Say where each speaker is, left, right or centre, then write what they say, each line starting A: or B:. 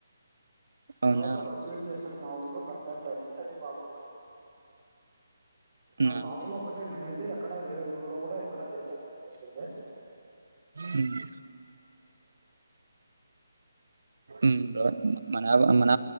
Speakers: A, on the right; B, on the right.
A: అవునా
B: తర్వాత ఒక స్వీట్ చేసి తరు మా ఊర్లో కడద్దంట అని అది బాగుంటుంది
A: అవునా
B: అ మా ఊర్లో ఒక్కడిని నేనైతే ఎక్కడ వేరే ఊర్లో కూడా ఎక్కడ తినలె ఇప్పటి వరకు అయితే
A: హ్మ్ ఉ బ్రో మన మన